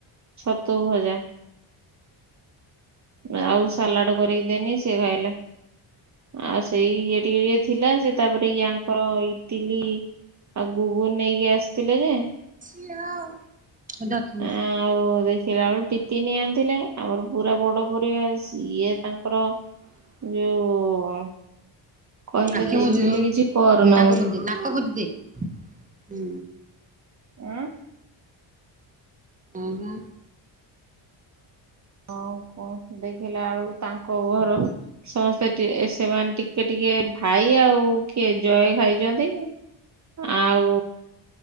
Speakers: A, on the right; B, on the right.
A: ଛତୁ ଭଜା। ଆଉ ସାଲାଡ କରିକି ଦେନି ସେ ଖାଇଲେ ଆଉ ସେଇ ଇଏ ଟିକେ ଟିକେ ଥିଲା ସେ ତାପରେ ଙ୍କର ଇଟିଲି ଆଉ ଘୁଗୁନି ନେଇକି ଆସିଥିଲେ ଯେ
B: <unintelligible> ଆଖି ବୁଜ୍।
A: ଆଉ ଦେଖିଲା ବେଳୁ ଟିପିନିଏ ଆଣିଥିଲେ। ଆମର ପୁରା ବଡ। <unintelligible> ଇଏ ତାଙ୍କର ଯୋଉ କହିଲେ
B: ଆଖି
A: ଦେଇ
B: ବୁଜି
A: କହିଲେ
B: ଦଉନୁ
A: କିଛି କରନା
B: ନାକ
A: ବୋଲି
B: ବୁଜିଦେ ନାକ ବୁଜିଦେ। ହୁଁ।
A: ଆଁ
B: ହଁ ପା।
A: ହଁ କଣ ଦେଖିଲା ବେଳକୁ ତାଙ୍କ ଘର ସମସ୍ତେ ସେମାନେ ଟିକେ ଟିକେ ଭାଇ ଆଉ କିଏ ଜୟ ଖାଇଛନ୍ତି। ଆଉ